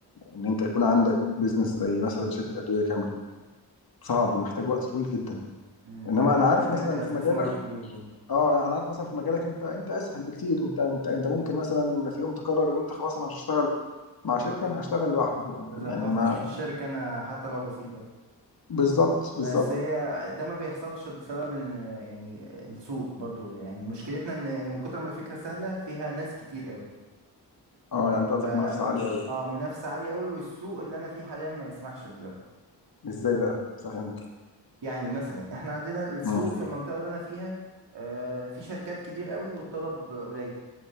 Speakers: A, on the left (about 55°); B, on the right (about 70°).
A: ان انت يكون عندك بيزنس زي مثلا شركه ادويه كامله صعب ومحتاج وقت طويل جدا
B: مم.
A: انما
B: اكيد
A: انا عارف
B: محتاج
A: مثلا
B: استثمار
A: في مجالك
B: كبير برضه
A: اه انا عارف مثلا في مجالك انت انت اسهل بكتير انت انت انت ممكن مثلا في يوم تقرر ان انت خلاص انا مش هشتغل مع شركه انا هشتغل لوحدي
B: لازم
A: يعني
B: افتح
A: انا اه
B: في الشركة انا حتى لو بسيطة
A: بالظبط
B: بس
A: بالظبط
B: هي ده ما بيحصلش بسبب ان يعني السوق برضه يعني مشكلتنا ان ان من كتر ما الفكرة سهلة فيها ناس كتير قوي
A: اه يعني انت قصدك
B: ف
A: منافسه عاليه قوي
B: اه منافسة عالية قوي والسوق اللي انا فيه حاليا ما يسمحش بده
A: ازاي بقى فهمت
B: يعني مثلا احنا عندنا السوق
A: مم.
B: في المنطقة اللي انا فيها آه، في شركات كبير قوي والطلب قليل